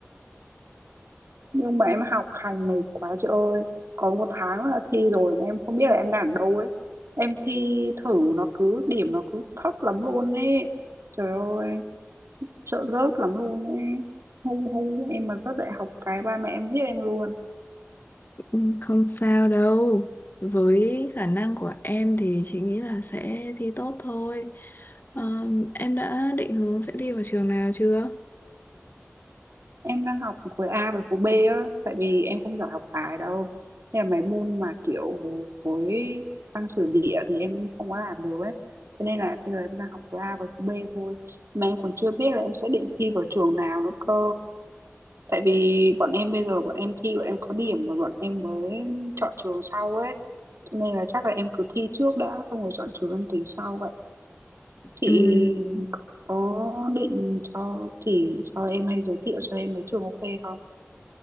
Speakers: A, on the right; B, on the left.
A: Nhưng mà em học hành mệt quá chị ơi Còn một tháng là thi rồi mà em không biết là em đang ở đâu ấy Em thi thử nó cứ điểm nó cứ thấp lắm luôn ấy Trời ơi sợ rớt lắm luôn ấy Hung hung em mà rớt đại học cái ba mẹ em giết em luôn
B: Ừm, Không sao đâu. Với khả năng của em thì chị nghĩ là sẽ thi tốt thôi. Ờ, em đã định hướng sẽ thi vào trường nào chưa?
A: em đang học khối A với khối B á tại vì em không giỏi học bài đâu nên là mấy môn mà kiểu khối văn sử địa thì em không có làm được ấy thế nên là bây giờ em đang học khối A với khối B thôi mà em còn chưa biết là em sẽ định thi vào trường nào nữa cơ tại vì bọn em bây giờ bọn em thi bọn em có điểm rồi bọn em mới chọn trường sau ấy cho nên là chắc là em cứ thi trước đã xong rồi chọn trường em tính sau vậy chị
B: Ừm,
A: có định cho chỉ cho em hay giới thiệu cho em mấy trường ok không